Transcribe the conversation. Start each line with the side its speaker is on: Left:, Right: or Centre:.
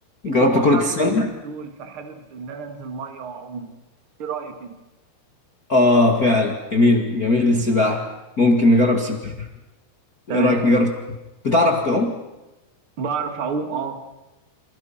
Right: الجو
Left: جربت كرة
Right: حر
Left: السلة
Right: اليومين دول فحابب إن أنا أنزل مية وأعوم إيه رأيك أنت؟
Left: اه فعلا جميل جميل السباحة ممكن نجرب سباحة
Right: تمام
Left: ايه رأيك نجرب بتعرف تعوم
Right: بعرف اعوم اه